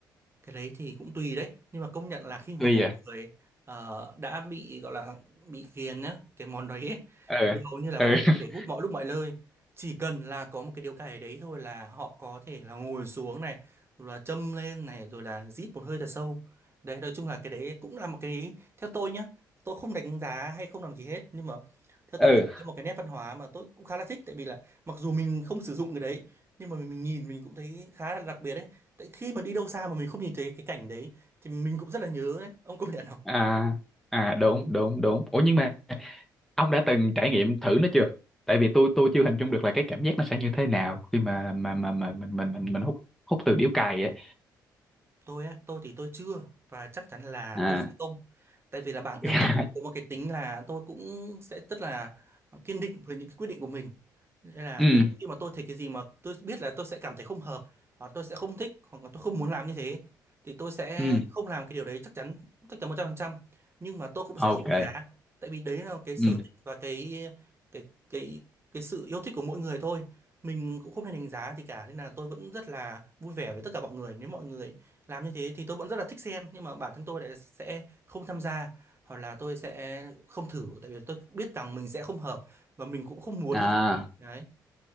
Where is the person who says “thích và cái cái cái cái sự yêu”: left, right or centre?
Right